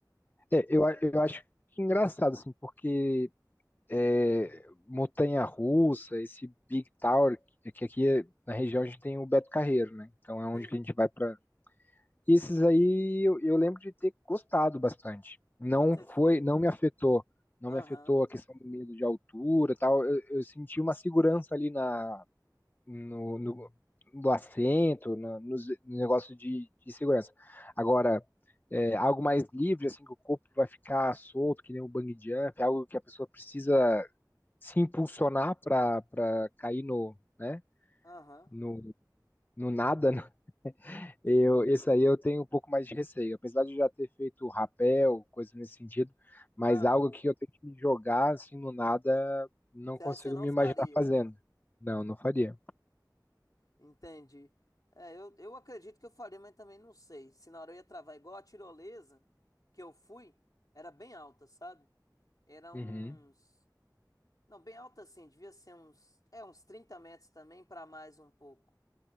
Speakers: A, on the left; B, on the left.
A: é, eu, a- eu acho que engraçado, assim, porque é, montanha-russa, esse Big Tower, que que aqui é- na região a gente tem o Beto Carreiro, né? Então é onde
B: Sim,
A: que a gente vai para. Esses aí eu, eu lembro de ter gostado bastante. Não
B: quando você
A: foi,
B: foi.
A: não me afetou, não
B: Aham,
A: me afetou a questão do medo de altura, e tal. Eu, eu senti uma segurança ali na no, no, do assento, na- nos, no negócio de, de segurança. Agora, é, algo mais livre, assim, que o corpo vai ficar solto, que nem um bang jump, algo que a pessoa precisa se impulsionar para para cair no, né,
B: aham.
A: no, no nada, né? Eu, esse aí eu tenho um pouco mais de receio, apesar de eu já ter feito rapel, coisa nesse sentido, mas
B: Ah,
A: algo que eu tenho que me jogar, assim, no nada, não
B: você
A: consigo
B: você não
A: me
B: faria.
A: imaginar fazendo. Não, não faria.
B: Entendi. É, eu, eu acredito que eu faria, mas também não sei. Se na hora eu ia travar, igual a tirolesa que eu fui, era bem alta, sabe? Era uns.
A: Uhum.
B: Não, bem alta assim, devia ser uns. É, uns 30 metros também, pra mais um pouco.